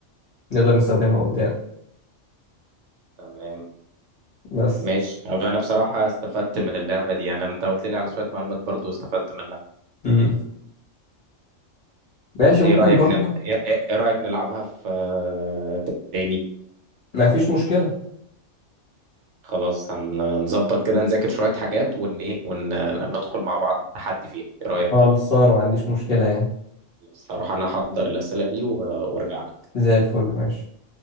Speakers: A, on the left; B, on the right.
A: نقدر نستخدمها قدام
B: تمام
A: بس
B: ماشي طب انا بصراحة استفدت من اللعبة دي يعني انت قلت لي على شوية معلومات برضو استفدت منها
A: امم ماشي
B: ايه
A: ممكن
B: رأيك
A: برضه
B: نل... ايه إيه رأيك نلعبها في آه، تاني
A: ما فيش مشكلة
B: خلاص هنظبط كده نذاكر شوية حاجات ون ايه وندخل مع بعض تحدي فيها ايه رأيك
A: خلصانة ما عنديش مشكلة يعني
B: خلاص هروح انا احضر الأسئلة دي و- وارجع لك
A: زي الفل ماشي